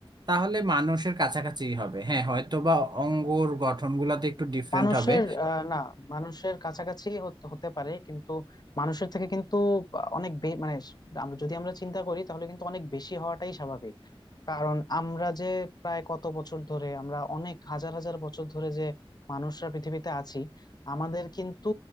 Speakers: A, on the right; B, on the left.
A: তাহলে মানুষের কাছাকাছি হবে হ্যাঁ হয়তো বা অঙ্গর গঠনগুলোতে একটু ডিফারেন্ট
B: মানুষের
A: হবে
B: আহ, না মানুষের কাছাকাছি হতে হতে পারে কিন্তু মানুষের থেকে কিন্তু অনেক বে- মানে আমরা যদি আমরা চিন্তা করি তাহলে কিন্তু অনেক বেশি হওয়াটাই স্বাভাবিক কারণ আমরা যে প্রায় কত বছর ধরে আমরা অনেক হাজার হাজার বছর ধরে যে মানুষরা পৃথিবীতে আছি আমাদের কিন্তু